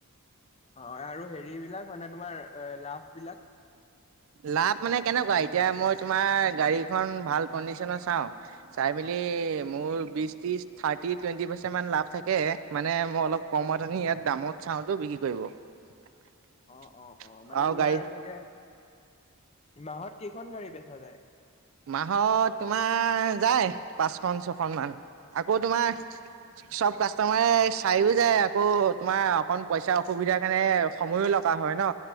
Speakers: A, on the left; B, on the right.
A: অ' আৰু হেৰি বিলাক মানে, তোমাৰ লাভ বিলাক।
B: লাভ মানে কেনেকুৱা? এতিয়া মই তোমাৰ গাড়ীখন ভাল কডিচনে চাওঁ। চাই মেলি
A: অ
B: মোৰ বিশ ত্ৰিশ থাৰ্টি টুৱেণ্টি পাৰ্চেন্টেন মান লাভ থাকে, মানে মই অলপ কমত আনি ইয়াত দামত চাওঁ বিক্ৰী কৰিব। <unintelligible>
A: অ' অ' অ, মানে
B: আৰু
A: নোৱাৰ
B: গাড়ী
A: চাগে, মাহত কেইখন গাড়ী বেচা যায়?
B: মাহত তোমাৰ যায় পাঁচখন, ছখন মান আকৌ তোমাৰ চব কাষ্টমাৰে চাইও যায় আকৌ তোমাৰ অকন পইচাৰ অসুবিধাৰ কাৰণে সময়ো লগা হয় ন,